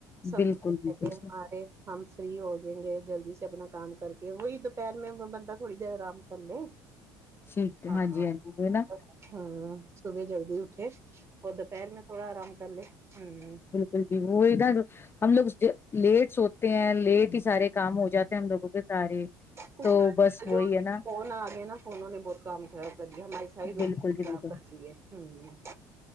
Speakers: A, on the right; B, on the left.
A: سمے
B: بالکل
A: سے
B: بالکل
A: پہلے ہمارے ہم فری ہو جیں گے جلدی سے اپنا کام کر کے وہی دوپہر میں بنتا تھوڑی دیر آرام کر لے
B: ٹھیک ہے
A: ہاں ہاں
B: جی جی وہ نا
A: ہاں صبح جلدی اٹھے اور دوپہر میں تھوڑا آرام کر لے امم
B: جی بالکل بھی وہ ادھر ہم لوگ اس لیٹ سوتے ہیں لیٹ کی سارے کام ہو جاتے ہیں ہم لوگوں کے سارے
A: کچھ
B: تو بس وہی
A: جو
B: ہے نا
A: فون آ گیا نا فونوں نے بہت کام خراب کر دیا ہماریے ساری روٹیںن
B: بالکل جی
A: خراب
B: بالکل
A: کرتی ہے امم